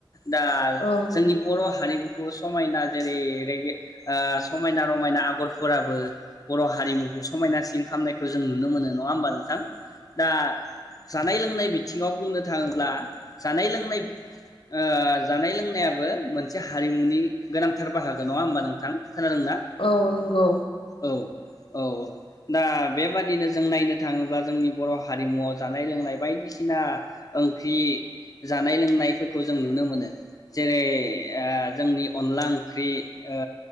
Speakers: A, on the left (about 40°); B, on the left (about 80°).
A: दा
B: नंगौ
A: जोंनि बर' हारिमुखौ समायना जेरै रेगे ओ समायना रमायना आगरफोराबो बर' हारिमुखौ समायनासिन खालामामनायखौ जों नुनो मोनो नङा होमबा नोंथां? दा जानाय लोंनाय बिथिङाव बुंनो थाङो ब्ला जानाय-लोंनाय ओ जानाय लों नायाबो मोनसे हारिमुनि गोनांथार बाहागो नङा होमबा नोंथां? खोनादों ना?
B: औ नंगौ
A: औ। औ दा बेबादिनो जों नायनो थांङोब्ला जोंनि बर' हारिमुआव जानाय लोंनाय बायदिसिना ओंख्रि जानाय लोंनायफोरखौ जों नुनो मोनो। जेरै ओ जोंनि अनला ओंख्रि। ओ